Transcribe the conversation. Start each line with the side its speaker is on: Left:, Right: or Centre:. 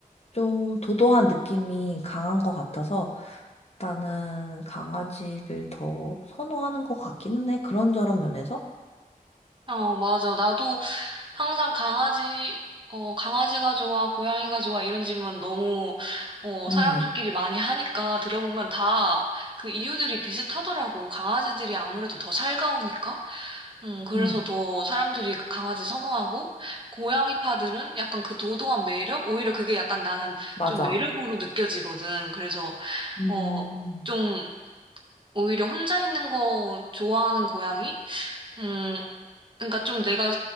Left: 좀 도도한 느낌이 강한 것 같아서 나는 강아지를 더 선호하는 것 같기는 해. 그런저런 면에서.
Right: 어, 맞아. 나도 항상 강아지, 어, 강아지가 좋아, 고양이가 좋아, 이런 질문 너무, 어,
Left: 응,
Right: 사람들끼리 많이 하니까 들어보면 다 그 이유들이 비슷하더라고. 강아지들이 아무래도 더 살가우니까. 음, 그래서
Left: 응,
Right: 더 사람들이 그 강아지 선호하고, 고양이파들은 약간 그 도도한 매력? 오히려 그게 약간 나는
Left: 맞아.
Right: 좀 매력으로 느껴지거든. 그래서,
Left: 음,
Right: 어, 좀, 오히려 혼자 있는 거 좋아하는 고양이? 음, 그러니까 좀 내가